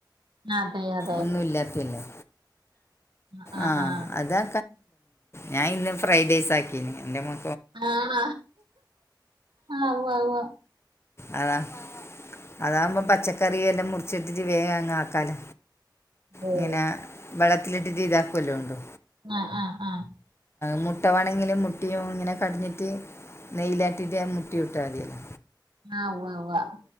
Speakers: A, on the right; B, on the left.
A: അതെ അതെ
B: ഒന്നും ഇല്ലാത്തയല്ലേ
A: ആ ആ
B: ആഹ്
A: ആ
B: അതാ ഞാൻ ഇന്ന് ഫ്രൈഡ്ഐസ് ആക്കിന് എന്റെ മൊ
A: ആണ ആഹ് ഊവ്വ ഊവ.
B: അതാ അതാമ്പം പച്ചക്കറിയെല്ലാം
A: ഉം
B: മുറിച്ചിട്ടിട്ട് വേഗം അങ്ങ് ആക്കാല്ല
A: ഏ
B: ഇങ്ങന വെള്ളത്തിലിട്ടിട്ട് ഇതാക്ക് വല്ലൊ ഒണ്ടോ?
A: ആഹ് ആഹ് ആഹ്
B: മുട്ട വേണങ്കില് മുട്ടിയും ഇങ്ങനെ കടഞ്ഞിട്ട് നെയ്യിലാട്ടിട്ട് <unintelligible> മതിയല്ലൊ
A: ആഹ് ഉവ്വ ഉവ്വ